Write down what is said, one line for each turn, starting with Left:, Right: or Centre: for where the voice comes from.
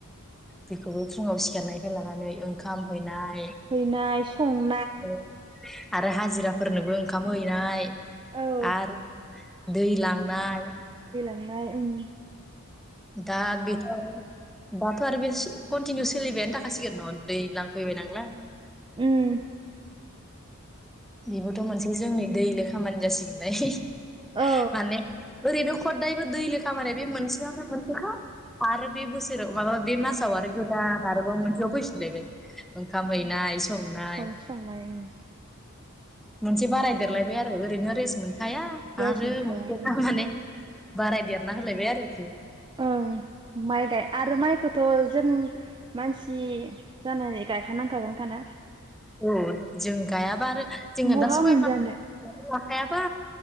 Centre: बेखौबो फुङाव सिखारनायनिफ्राय लानानै ओंखाम हैनाय
Right: हैनाय सं
Centre: <inaudible> आरो हाजिराफोरनोबो ओंखाम हैनाय
Right: औ
Centre: आरो दै लांनाय
Right: थांनाय ओं
Centre: दाग बेथ बाथ आरो बे कन्टिनिउ सोलिबायानो थाखासिगोन न दैलां फैबाय नांलाय
Right: ओम
Centre: बेबोथ मोनसे जोंनि दैलि खामानि जासिगोनलाय
Right: औ
Centre: माने ओरैनो खददायबो दैलि खामानिया बे मोनसेआनो मोनसेखा आरो बे बोसोराव माबा बे मासाव आरो गोदान आरोबाव मोनसेआव फैफिनलायबाय ओंखाम
Right: उम
Centre: हैनाय संनाय
Right: औ संनाय उम
Centre: मोनसे बारायदेरलायबाय आरो ओरैनो रेस मोनखा खाया
Right: रेस्ट
Centre: आरो
Right: मोनखाया
Centre: मोनसे
Right: उम
Centre: माने बाराय देरना होलायबाय आरोखि
Right: ओं माइ गाय आरो माइखौथ जों मानसि जानानै गायखानांखागोनखाना
Centre: अ जों गायाबा आरो जोङो
Right: बहा
Centre: दा सय
Right: मोनजानो
Centre: मास लाखायाबा